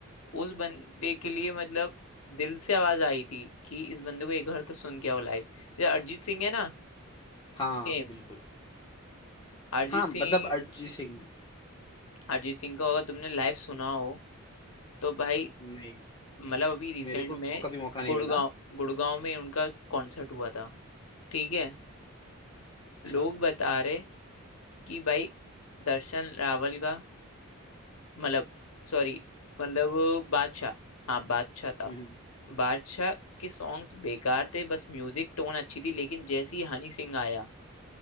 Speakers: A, on the left; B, on the left.
A: उस बंदे के लिए मतलब दिल से आवाज आई थी कि इस बंदे को एक बार तो सुन के आओ लाइव जैसे अरिजीत सिंह है ना
B: हाँ
A: सेम
B: बिल्कुल
A: अरिजीत
B: हाँ मतलब
A: सिंह
B: अरिजीत सिंह
A: अरिजीत सिंह का अगर तुमने लाइव सुना हो तो भाई
B: नहीं
A: मतलब अभी रिसेंट
B: मेरे को
A: में
B: तो कभी मौका नहीं
A: गुड़गांव
B: मिला
A: गुड़गांव में उनका कॉन्सर्ट हुआ था ठीक है
B: अच्छा
A: लोग बता रहे कि भाई दर्शन रावल का मतलब सॉरी मतलब बादशाह हाँ बादशाह था
B: हम्म
A: बादशाह के सॉन्ग्स बेकार थे बस म्यूजिक टोन अच्छी थी लेकिन जैसे ही हनी सिंह आया